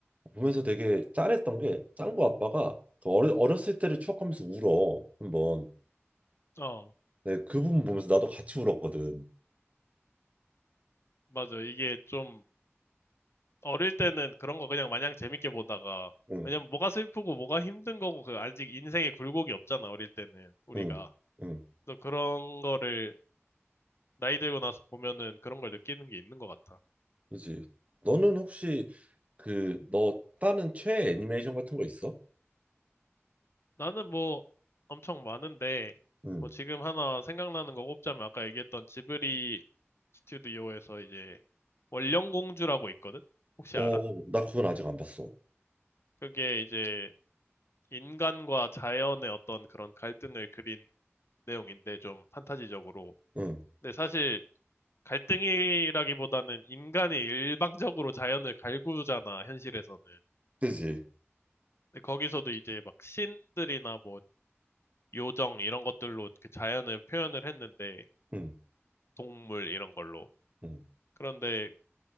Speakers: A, on the right; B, on the left.
A: 보면서 되게 짠했던 게 짱구 아빠가 그 어려, 어렸을 때를 추억하면서 울어 한번.
B: 어,
A: 네, 그 부분 보면서 나도 같이 울었거든.
B: 맞아. 이게 좀 어릴 때는 그런 거 그냥 마냥 재밌게 보다가
A: 응,
B: 왜냐면 뭐가 슬프고 뭐가 힘든 거고 그 아직 인생의 굴곡이 없잖아. 어릴 때는 우리가.
A: 응, 응.
B: 또 그런 거를 나이 들고 나서 보면은 그런 걸 느끼는 게 있는 것 같아.
A: 그지. 너는 혹시 그 너 다른 최애 애니메이션 같은 거 있어?
B: 나는 뭐 엄청 많은데,
A: 응.
B: 뭐 지금 하나 생각나는 거 꼽자면 아까 얘기했던 지브리 스튜디오에서 이제 원령공주라고 있거든? 혹시
A: 어,
B: 알아?
A: 나 그건 아직 안 봤어.
B: 그게 이제 인간과 자연의 어떤 그런 갈등을 그린 내용인데 좀 판타지적으로.
A: 응.
B: 근데 사실 갈등이라기보다는 인간이 일방적으로 자연을 갈구잖아, 현실에서는.
A: 그지?
B: 근데 거기서도 이제 막 신들이나 뭐 요정 이런 것들로 그 자연을 표현을 했는데
A: 응,
B: 동물 이런 걸로.
A: 응,
B: 그런데